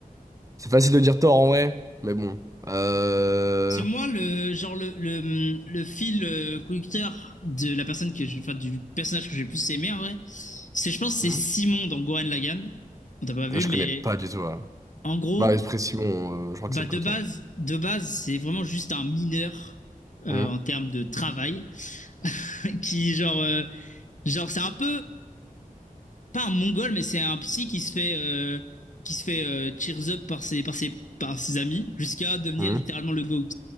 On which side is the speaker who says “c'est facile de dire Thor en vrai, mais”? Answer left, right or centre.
Right